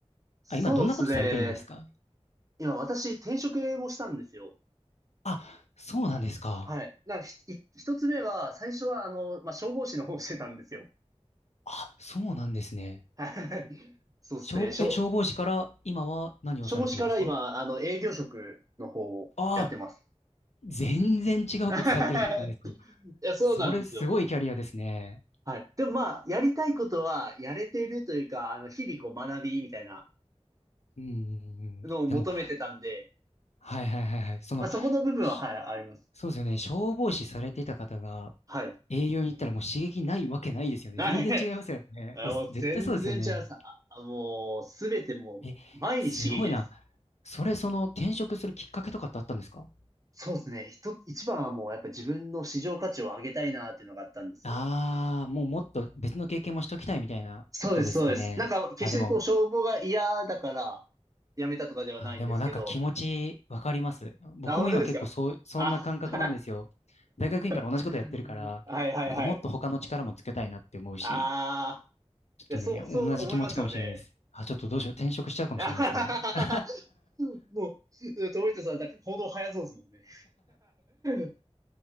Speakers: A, on the right (about 30°); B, on the left (about 75°).
A: そうっすね。
B: あ、今どんなことされてるんですか
A: 今私転職もしたんですよ。
B: あ、そうなんですか。
A: はい。な、ひ、ひ一つ目は、最初はあの、まあ、消防士の方をしてたんですよ。
B: あ、そうなんですね。
A: はい。そうっすね。
B: 消防、
A: 消、
B: え、消防士から今は何をされてるんですか
A: 消防士から今、あの、営業職の方をやってます。
B: ああ、全然違うことされてるじゃないですか。
A: <laughs> いや、そうなんですよ。
B: それすごいキャリアですね。
A: はい。でもまあ、やりたいことはやれてるというか、あの、日々こう学びみたいな
B: うん、うんうん。
A: のを求めてたんで、
B: でも、はいはいはいはい。その、
A: まあそこの部分は、
B: し
A: はい、あります。
B: そうですよね。消防士されていた方が
A: はい。
B: 営業に行ったらもう刺激ないわけないですよね。
A: はい。
B: 全然違いますよね。
A: <laughs> あもう全然違います。
B: え、絶対そうですよね。
A: ああもう、すべてもう、
B: え、
A: 毎日刺激です。
B: すごいな。それ、その転職するきっかけとかってあったんですか
A: そうですね。一つ、一番はもうやっぱ自分の市場価値を上げたいなっていうのがあったんですよ。
B: ああ、もうもっと別の経験もしときたいみたいなことですかね。
A: そうです、そうです。なんか、決してこう、
B: あ、でも、
A: 消防が嫌だから、やめたとかではないんですけど、
B: あ、でもなんか気持ちわかります。僕も今結構そう、
A: あ、本当ですかあ、
B: そんな感覚なんですよ。
A: <laughs>
B: 大学院から同じことやってるから、
A: <laughs> はいはいはい。
B: なんかもっと他の力もつけたいなって思うし、
A: ああ、
B: ちょっとね、
A: いや、そう、
B: 同じ気持ちかもしれないです。
A: そう思いますよね。
B: あ、ちょっとどうしよう。転職しちゃうかもしれないですね。
A: <laughs> あはははは
B: <laughs>
A: もう、トリトさん、だん行動早そうですもんね。<laughs>